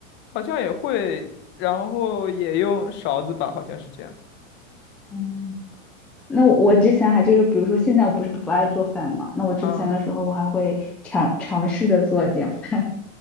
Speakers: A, on the left (about 25°); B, in the centre.
A: 好像也会，然后也用勺子吧，好像是这样。”
B: 嗯，那我我之前还就是，比如说现在我不是不爱做饭嘛，那我之前的时候我还会尝尝试着做一点饭。
A: 嗯，